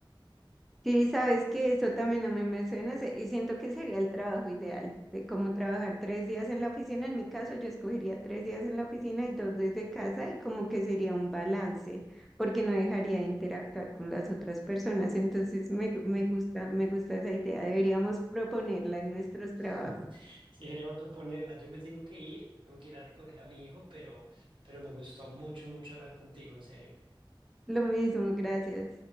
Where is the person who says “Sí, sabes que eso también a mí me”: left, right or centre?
Centre